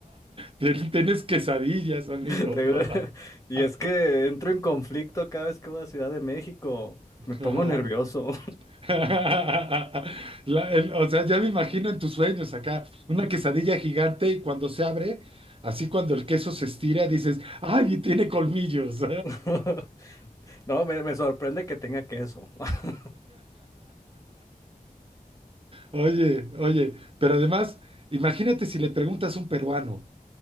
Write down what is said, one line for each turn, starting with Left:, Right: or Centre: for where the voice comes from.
Right: Ten- Tenés quesadillas, amigo.
Left: <laughs> Tengo- Y
Right: <laughs>
Left: es que entro en conflicto cada vez que voy a Ciudad de México. Me pongo
Right: Ajá.
Left: nervioso.
Right: <laughs> La- el- o sea, ya me imagino en tus sueños acá, una quesadilla gigante y cuando se abre, así cuando el queso se estira, dices, ¡ay, y tiene colmillos! <laughs>
Left: <laughs> No, me, me sorprende que tenga queso. <laughs>
Right: Oye, oye, pero además, imagínate si le preguntas a un peruano,